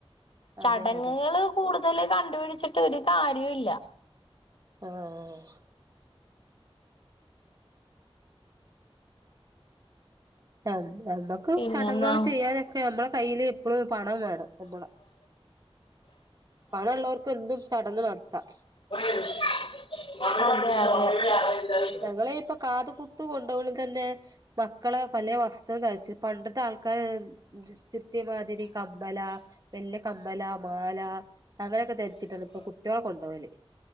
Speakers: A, on the left; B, on the right.
A: ചടങ്ങുകള്
B: അതെ അതെ
A: കൂടുതല് കണ്ടുപിടിച്ചിട്ട് ഒരു കാര്യോ ഇല്ല
B: ആഹ് കല്യാണം ക്കും
A: പിന്നെന്താ
B: ചടങ്ങുകള് ചെയ്യാനൊക്കെ നമ്മളെ കയ്ൽ എപ്പോഴും പണം വേണം ഉം പണം പണംള്ളവർക്ക് എന്തും ചടങ്ങ് നടത്താം
A: പണ ഒക്കെ <inaudible>
B: ഞങ്ങള് ഇപ്പൊ കാത് കുത്ത് കൊണ്ടോവണതന്നെ മക്കളെ വലേ വസ്ത്രം ധരിച്ചി പണ്ടത്തെ ആൾക്കാര് ദൃത്യത്തിമാതിരി കമ്മല വല്ല്യ കമ് കമ്മല മാല അങ്ങനെയൊക്കെ ധരിച്ചിട്ടാണ് ഇപ്പൊ കുട്ടികളെ കൊണ്ടോകല്